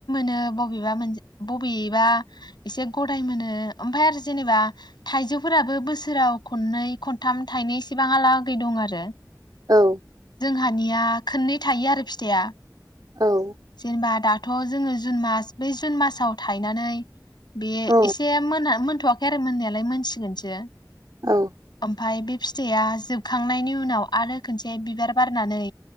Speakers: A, on the left (about 85°); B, on the right (about 65°).
A: नो बबेबा मोन बबेबा एसे गदाय मोनो ओ ओमफाय आरो जेनेबा थाइजौफोराबो बोसोराव खननै खनथाम थाइनै इसेबां आलागै दं आरो।
B: औ
A: हानिया खननै थायो आरो फिथाइया
B: औ
A: जेनेबा दा थ जो जुन मास बे जुन मासाव थायनानै बे
B: औ
A: एसे मोना मोनथवाखै आरो मोननायालाय मोनसिगोन सो
B: औ
A: ओमफाय बे फिथाइआ जोबखांनायनि उनाव आरो खोनसे बिबार बारनानै